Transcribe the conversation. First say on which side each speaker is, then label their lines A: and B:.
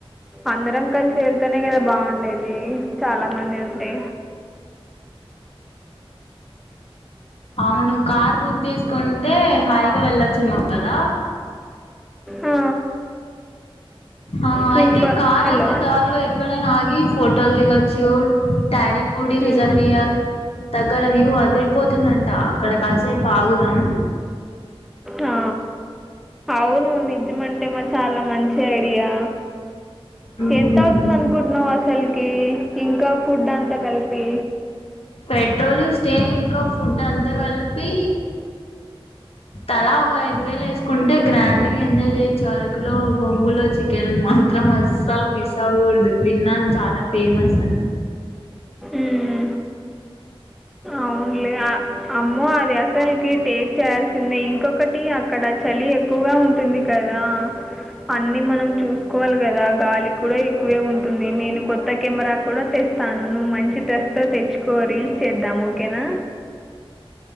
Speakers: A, in the centre; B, on the left.
A: అందరం కలిసి వెళ్తేనే కదా బాగుండేది చాలా మంది ఉంటే.
B: అవును కార్ బుక్ చేసుకోం అయితే హాయిగా వెళ్ళొచ్చామో కదా
A: ఆ,
B: ఆ
A: సూపర్
B: అయితే కార్
A: హలో
B: అయితే దారిలో ఇక్కడే ఆగి ఫోటోలు దిగొచ్చు టాడీపూడి రిజర్వుర్
A: ఉమ్,
B: దగ్గర వ్యూ అదిరిపోతుందంట అక్కడ కాసేపు ఆగుదాం
A: ఆ, అవును నిజం అంటే మా చాలా మంచి ఐడియా
B: మ్మ్.
A: ఎంత అవుతుంది అనుకుంటున్నావు అస అసల్ కీ ఇంకా ఫుడ్ అంతా కలిపి
B: పెట్రోలు స్టే ఇంకా ఫుడ్ అంతా కలిపి తలా ఒక ఐదు వేలు వేసుకుంటే గ్రాండ్గా ఎంజాయ్ చేయచ్చు అరకులో బొంగులు చికెన్ మాత్రం అసలు మిస్ అవ్వూడదు విన్నాను చాలా ఫేమస్ అం
A: మ్మ్. అవునులే ఆ- అమ్మో అది అసలుకి టేజ చేయాల్సిందే ఇంకొకటి అక్కడ చలి ఎక్కువగా ఆమ్మో అది అసలికి టీస్ట్ చేయాసిందే ఇంకొకటి అక్కడ చలి ఎక్కువ ఉంటుంది కదా అన్ని మనం చూసుకోవాలి కదా గాలి కూడా ఎక్కువే ఉంటుంది నేను కొత్త కెమెరా కూడా తెస్తాను నువ్వు మంచి డ్రస్ట్తో తెచ్చుకో రీల్స్ చేద్దాం ఓకేనా